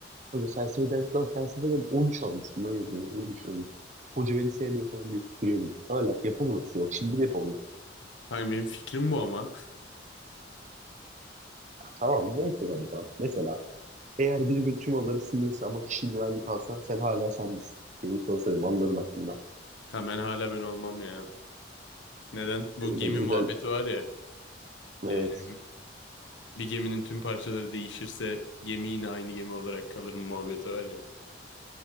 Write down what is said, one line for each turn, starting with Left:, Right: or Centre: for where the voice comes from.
Right: Kanka felsefeden, ben felsefeden 13 almıştım lan yazıyorum. 13 almıştım. Hoca beni sevmiyor falan diye tutturuyordum. Hala yapamıyorsun. Bak şimdi de yapamıyorsun.
Left: Kanka benim fikrim bu ama.
Right: Tamam neyse kanka. Mesela Eğer bir gün tüm aları silinirse ama kişi güvenli kalsa sen hala sen misin? diye bir soru soruyorum anılarım hakkında.
Left: Kanka ben hala ben olmam ya. Neden? Bu
Right: O yüzden
Left: gemi muhabbeti
Right: özel
Left: var ya. e,
Right: evet
Left: bir geminin tüm parçaları değişirse gemi yine aynı gemi olarak kalır mı muhabbeti var ya.